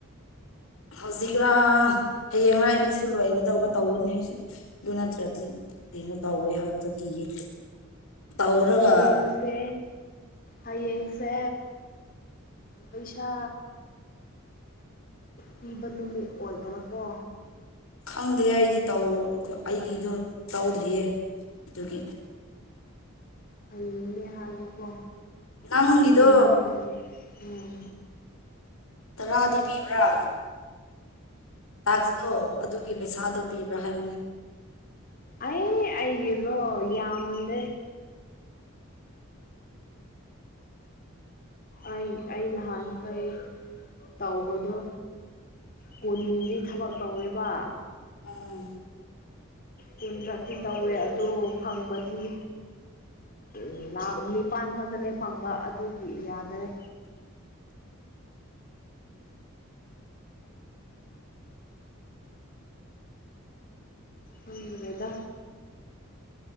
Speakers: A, on the left (about 75°); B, on the left (about 40°).
A: ꯍꯧꯖꯤꯛꯔꯥ ꯍꯌꯦꯡꯔꯥ ꯑꯩꯒꯤꯁꯨ ꯂꯣꯏꯒꯗꯧꯕ ꯇꯧꯒꯅꯤ ꯑꯗꯨ ꯅꯠꯇ꯭ꯔꯗꯤ ꯀꯩꯅꯣ ꯇꯧꯋꯦ ꯍꯥꯏꯕꯗ ꯀꯤꯌꯦ ꯇꯧꯔꯒ
B: ꯑꯩꯌꯦꯡꯁꯦ ꯍꯌꯦꯡꯁꯦ ꯄꯩꯁꯥ ꯄꯤꯕ ꯅꯨꯃꯤꯠ ꯑꯣꯏꯕ꯭ꯔꯥꯀꯣ
A: ꯈꯪꯗꯦ ꯑꯩꯗꯤ ꯇꯧ ꯑꯩꯒꯤꯗꯣ ꯇꯧꯗ꯭ꯔꯤꯌꯦ ꯑꯗꯨꯒꯤ
B: ꯍꯌꯦꯡꯅꯦ ꯍꯥꯏꯕꯀꯣ
A: ꯅꯪꯒꯤꯗꯣ
B: ꯅꯃꯗ ꯎꯝ
A: ꯔꯥꯗꯤ ꯄꯤꯕ꯭ꯔꯥ ꯇꯥꯛꯁꯇꯣ ꯑꯗꯨꯒꯤ ꯄꯩꯁꯥꯗꯣ ꯄꯤꯕ꯭ꯔꯥ ꯍꯥꯏꯕꯅꯦ
B: ꯑꯩ ꯑꯩꯒꯤꯗꯣ ꯌꯥꯝꯗꯦ ꯑꯩ ꯑꯩ ꯅꯍꯥꯟꯈꯩ ꯇꯧꯕꯗꯣ ꯀꯨꯟꯗꯤ ꯊꯕꯛ ꯇꯧꯋꯦꯕ
A: ꯎꯝ
B: ꯀꯨꯟ ꯈꯛꯤ ꯇꯧꯋꯦ ꯑꯗꯨ ꯐꯪꯕꯗꯤ ꯎꯝ ꯂꯥꯛ ꯅꯤꯄꯜ ꯈꯛꯇꯅꯦ ꯐꯪꯕ ꯑꯗꯨꯒꯤ ꯌꯥꯗꯔꯦ ꯅꯗ꯭ꯔꯗ